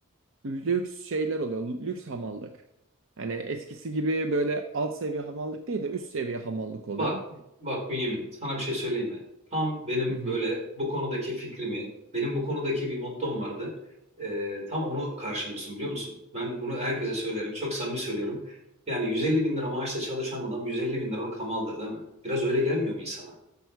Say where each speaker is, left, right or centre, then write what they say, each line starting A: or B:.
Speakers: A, on the right (about 60°); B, on the right (about 30°).
A: lüks şeyler oluyor. Lüks hamallık. Hani eskisi gibi böyle alt seviye hamallık değil de üst seviye hamallık oluyor.
B: Bak, bak Bünyamin, sana bir şey söyleyeyim mi? Tam benim
A: Hı hı.
B: böyle bu konudaki fikrimi, benim bu konudaki bir mottom vardı. Ee, tam onu karşılıyorsun biliyor musun? Ben bunu herkese söylerim, çok samimi söylüyorum. Yani 150 bin lira maaşla çalışan adam 150 bin liralık hamaldır değil mi? Biraz öyle gelmiyor mu insana?